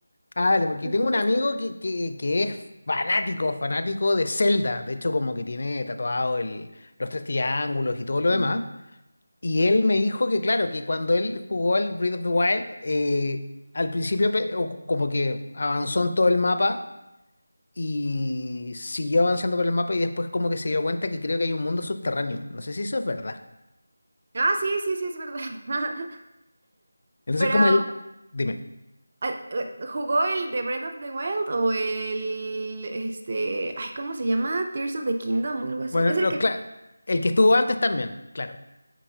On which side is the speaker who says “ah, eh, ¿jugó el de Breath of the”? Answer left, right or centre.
Right